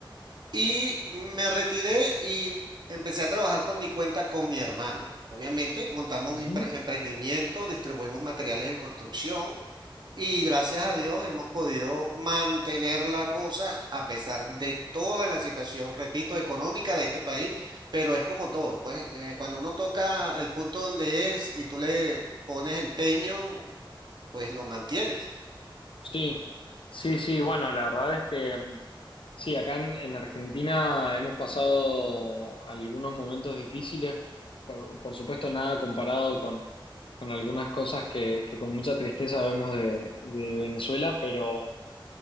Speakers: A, on the right (about 55°); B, on the left (about 75°).
A: Y me retiré y empecé a trabajar por mi cuenta con mi hermano. Obviamente, montamos
B: ujú.
A: un empre- emprendimiento, distribuimos materiales de construcción y gracias a Dios hemos podido mantener la cosa a pesar de toda la situación, repito, económica de este país, pero es como todo, pues eh, cuando uno toca el punto donde es y tú le pones empeño, pues lo mantienes.
B: Sí, sí, sí, bueno, la verdad es que mm, sí, acá en, en Argentina hemos pasado algunos momentos difíciles, por, por supuesto nada comparado con, con algunas cosas que, que con mucha tristeza vemos de, de Venezuela, pero...